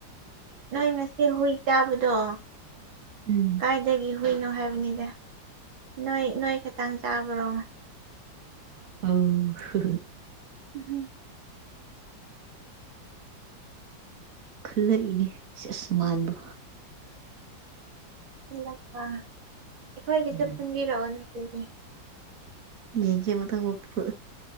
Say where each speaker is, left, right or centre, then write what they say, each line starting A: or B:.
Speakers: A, on the right; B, on the right.
A: ꯅꯣꯏ ꯉꯁꯤ ꯍꯨꯏ ꯆꯥꯕꯗꯣ
B: ꯎꯝ
A: ꯀꯥꯏꯗꯒꯤꯏ ꯀꯨꯏꯅꯣ ꯍꯥꯏꯕꯅꯤꯗ ꯅꯣꯏ ꯅꯣꯏ ꯈꯤꯇꯪ ꯆꯥꯕ꯭ꯔꯣ
B: ꯑꯣ ꯍ
A: ꯎꯝ
B: ꯈꯜꯂꯛꯏꯅꯦ ꯑꯁꯃꯥꯟꯗꯣ
A: ꯂꯛꯄ ꯑꯩꯈꯣꯏꯒꯤꯁꯨ
B: ꯎꯝ
A: ꯄꯨꯟꯕꯤꯔꯛꯑꯣ ꯅ ꯑꯗꯨꯗꯤ
B: ꯌꯦꯡꯖꯦ ꯃꯇꯪ ꯄꯨ